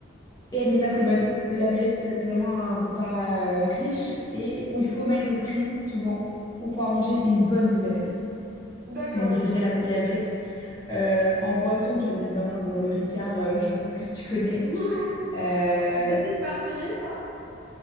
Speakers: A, on the left; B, on the right.
A: Et elle n'est pas très bonne. La bouillabaisse, c'est vraiment un repas euh, riche et où il faut mettre le prix, souvent, pour pouvoir manger une bonne bouillabaisse.
B: D'accord,
A: Donc je
B: ok.
A: dirais la bouillabaisse. Euh, en boisson, tu as évidemment le, bon, le Ricard, euh, je pense que tu connais.
B: <laughs>
A: Euh,
B: C'est Typique marseillais, ça?